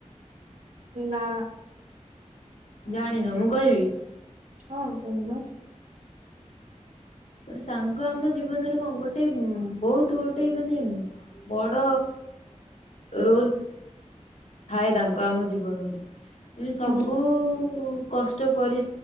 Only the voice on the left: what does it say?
ଜାଣିନ ମୁଁ କହିବି?
ଗୋଟେ ସାଙ୍ଗ ଆମ ଜୀବନରେ କନ୍ ଗୋଟେ ଉଁ ବହୁତ ଗୋଟେ ମାନେ ଉଁ ବଡ଼ ରୋଲ୍ ଥାଏ ତାଙ୍କୁ ଆମ ଜୀବନରେ ଏମିତି ସବୁ
କଷ୍ଟ ପରି